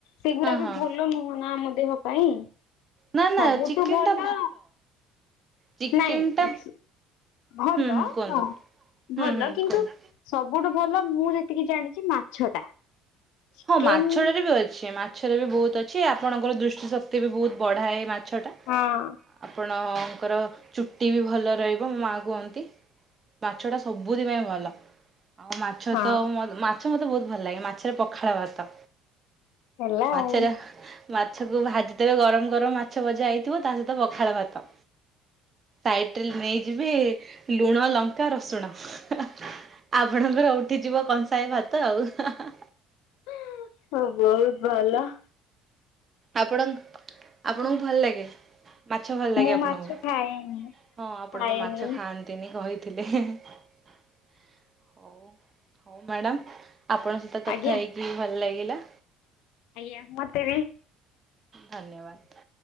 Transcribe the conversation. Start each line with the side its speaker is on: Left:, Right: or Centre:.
Left: ସେଗୁଡା ବି
Right: ହଁ
Left: ଭଲ ନୁହଁ ନା ଆମ ଦେହ ପାଇଁ।
Right: ନା ନା
Left: ସବୁଠୁ
Right: ଚିକେନଟା
Left: ଭଲ
Right: ଚିକେନଟା
Left: ନାଇଁ ଭଲ
Right: ହୁଁ ହୁଁ କୁହନ୍ତୁ
Left: ହଁ
Right: ହୁଁ
Left: ଭଲ
Right: ହୁଁ
Left: କିନ୍ତୁ
Right: କୁହନ୍ତୁ।
Left: ସବୁ ସବୁଠୁ ଭଲ ମୁଁ ଯେତିକି ଜାଣିଛି ମାଛ ଟା। ଚିକେନ
Right: ହଁ ମାଛ ଟାରେ ବି ଅଛି ମାଛରେ ବି ବହୁତ ଅଛି ଆପଣଙ୍କର ଦୃଷ୍ଟି ଶକ୍ତି ବି ବହୁତ ବଢାଏ ମାଛ ମାଛଟା
Left: ହଁ
Right: ଆପଣଙ୍କର ଚୁଟି ବି ଭଲ ରହିବ ମୋ ମାଆ କୁହନ୍ତି। ମାଛ ଟା ସବୁଥି ପାଇଁ ଭଲ। ଆଉ ମାଛ
Left: ହଁ
Right: ତ ମାଛ ମତେ ବହୁତ ଭଲ ଲାଗେ ମାଛରେ ପଖାଳ ଭାତ।
Left: ହେଲା ଆଉ।
Right: ମାଛର ମାଛକୁ ଭାଜିଦେବେ ଗରମ ଗରମ ମାଛ ଭଜା ହେଇଥିବ ତା ସହିତ ପଖାଳ ଭାତ। ଟାଇଟେଲ ନେଇଯିବେ ଲୁଣ ଲଙ୍କା ରସୁଣ। ହଃ ଆପଣଙ୍କର ଉଠିଯିବ କଂସାଏ ଭାତ ଆଉ ହାଃଅଁ ଆ।
Left: ହୁଁଉ ମୁଁ ବହୁତ ଭଲ
Right: ଆପଣଙ୍କ୍ ଆପଣଙ୍କୁ ଭଲ ଲାଗେ? ମାଛ ଭଲ ଲାଗେ
Left: ମୁଁ
Right: ଆପଣଙ୍କୁ
Left: ମାଛ ଖାଏନି
Right: ହଁ ଆପଣ
Left: ଖାଏନି
Right: ପା ମାଛ ଖାଆନ୍ତିନି କହିଥିଲେ ହେଁ ହେଁ। ହଉ ହଉ ମ୍ୟାଡାମ ଆପଣଙ୍କ ସହିତ କଥା
Left: ଆଜ୍ଞା
Right: ହେଇକି ଭଲ ଲାଗି ଲା।
Left: ଆଜ୍ଞା ମତେ ବି
Right: ଧନ୍ୟବାଦ୍।